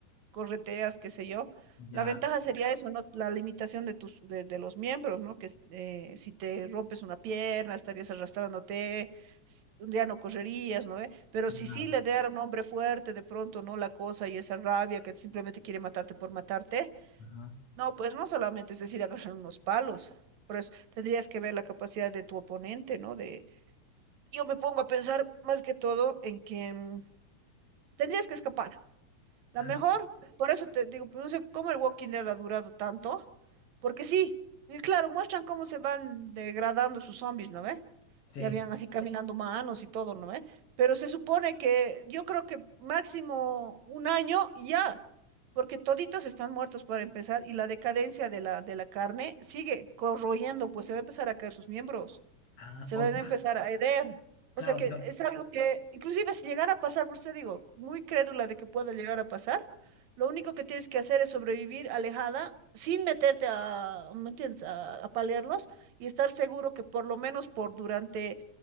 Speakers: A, on the right; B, on the left.
A: correteas, qué sé yo.
B: ya,
A: La ventaja sería eso, ¿no? La limitación de tus, de, de los miembros, ¿no? Que eh, si te rompes una pierna, estarías arrastrándote, s- un día no correrías, ¿no? ve? Pero
B: claro.
A: si sí le diera a un hombre fuerte de pronto, ¿no? La cosa y esa rabia que simplemente quiere matarte por matarte,
B: Ajá.
A: no, pues no solamente es decir agarrar unos palos, pero es- tendrías que ver la capacidad de tu oponente, ¿no? De, yo me pongo a pensar más que todo en que mm, tendrías que escapar. La
B: Ah,
A: mejor, por eso te digo, pues, no sé cómo el Walking Dead ha durado tanto, porque sí, y claro, muestran cómo se van degradando sus zombies, ¿no ve?
B: sí.
A: y habían así Sí. caminando manos y todo, ¿no ve? Pero se supone que yo creo que máximo un año y ya, porque toditos están muertos para empezar y la decadencia de la, de la carne sigue corroyendo, pues se va a empezar a caer sus miembros
B: Ah,
A: se
B: o
A: van
B: sea,
A: a empezar a herer. O
B: claro,
A: sea que
B: o sea,
A: es algo que, inclusive si llegara a pasar, por eso digo, muy crédula de que pueda llegar a pasar, lo único que tienes que hacer es sobrevivir alejada, sin meterte a, ¿me entiendes?, a, a palearlos y estar seguro que por lo menos por durante